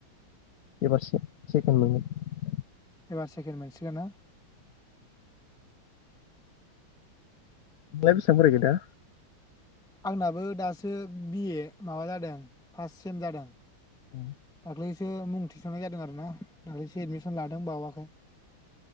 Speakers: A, on the left (about 80°); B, in the centre.
A: एबार सेख सेखेन मोनगोन
B: एबार सेकेनड मोनसिगोन ना
A: बिदाया बेसेबां फरायखो दा
B: आंनाबो दासो बिए माबा जादों फार्स्ट सेम जादों
A: औ
B: दाख्लैसो मुं थिसननाय जादों आरो ना दाख्ललिसो एदमिसन लादों बावाखै